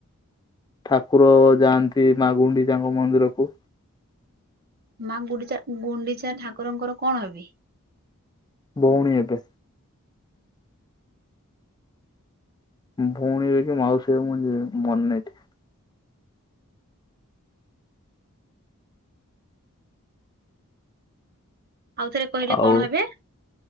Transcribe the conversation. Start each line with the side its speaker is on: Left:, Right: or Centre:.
Left: ଠାକୁର ଯାଆନ୍ତି ମା ଗୁଣ୍ଡିଚା ଙ୍କ ମନ୍ଦିର କୁ
Right: ମା ଗୁଣ୍ଡିଚା, ଗୁଣ୍ଡିଚା ଠାକୁରଙ୍କର କଣ ହେବେ।
Left: ଭଉଣୀ ହେବେ। ଭଉଣୀ ହେବେକି ମାଉସୀ ହେବେ ମୁଁ ମନେ ନାହିଁ। ଲ ଠିକ୍ -
Right: ଆଉଥରେ କହିଲେ
Left: ଆଉ
Right: କଣ ହେବେ